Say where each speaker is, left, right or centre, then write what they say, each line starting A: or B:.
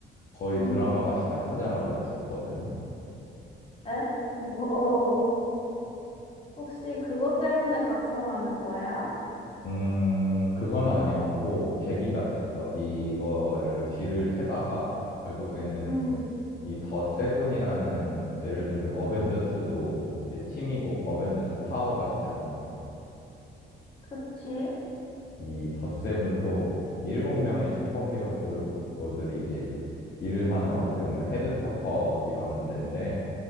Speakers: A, on the left; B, on the left.
A: 거의
B: 응.
A: 드라마가 시작하자마자 죽거든.
B: 에? 뭐. 혹시 그것 때문에 각성하는 거야?
A: 음, 그건 아니었고 계기가 됐어. 이거를 뒤를 캐다가 결국에는
B: 음,
A: 이 더 세븐이라는 예를 들면 어벤져스도 이제 팀이고 어벤져스 타워가 있잖아.
B: 그치?
A: 이 더 세븐도 일곱 명의 슈퍼히어로들이 이제 일을 하는 어떻게 보면 헤드쿼터 이런 데인데